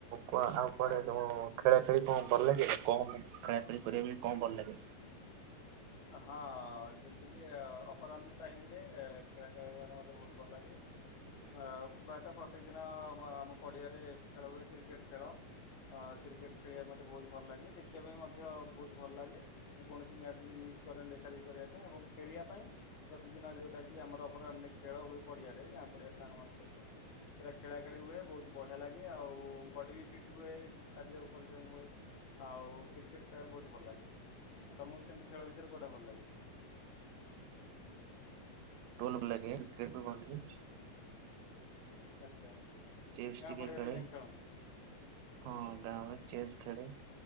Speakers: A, on the right (about 80°); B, on the left (about 60°).
A: କୁଆଡେ
B: ଆଉ
A: କ ଖେଳାଖେଳି କଣ ଭଲଲାଗେ କଣ ଖେଳାଖେଳି କରିବା ପାଇଁ କଣ ଭଲଲାଗେ?
B: ହଁ ଯେମିତି କିି ଅପରାହ୍ନ ଟାଇମରେ ଖେଳା ଖେଳ ମତେ ବହୁତ ଭଲ ଲାଗେ। ଅ ପ୍ରାୟତଃ ପ୍ରତ୍ୟେକ ଦିନ ଆ ଆମ ପଡିଆରେ ଖେଳ ହୁଏ କ୍ରିକେଟ ଖେଳ। ଅ କ୍ରିକେଟ ଖେଳିବା ମତେ ବହୁତ ଭଲ ଲାଗେ, ଦେଖିବା ପାଇଁ ମଧ୍ୟ ବହୁତ ଭଲ ଲାଗେ, ମୁଁ କୌଣସି ମ୍ୟାଚ ମିସ୍ କରେନି ଦେଖା ଦେଖି କରିବା ପାଇଁ ଏବଂ ଖେଳିବା ପାଇଁ ପ୍ରତିଦିନ ଯୋଉଟା କି ଆମର ଅପରାହ୍ନ ଖେଳ ହୁଏ, ପଡି ପଡିଆରେ ଗାଁ ପଡିଆରେ ସାଙ୍ଗ ମାନଙ୍କ ସହିତ। ସେଟା ଖେଳା ଖେଳି ହୁଏ ବହୁତ ବଢିଆ ଲାଗେ ଆଉ ବଡି ବି ଫିଟ ରୁହେ କିଛି ଶାରୀରିକ ପରିଶ୍ରମ ହୁଏ। ଆଉ କ୍ରିକେଟ ଖେଳିବା ପାଇଁ ବହୁତ ଭଲ ଲାଗେ ଆଉ ତମକୁ ସେମିତି ଖେଳ ଭିତରେ କୋଉଟା ଭଲ ଲାଗେ?
A: ଟୋଲ ବ୍ଲାଗେ କିକ୍ରେଟ ଭଲି
B: ଆଚ୍ଛା
A: ଚେସ୍
B: ଗାଁ
A: ଟିକେ
B: ପଡିଆରେ
A: ଖେଳେ
B: ଯାଇ ଖେଳନ୍ତି
A: ହଁ ଗାଁରେ ଚେସ୍ ଖେଳେ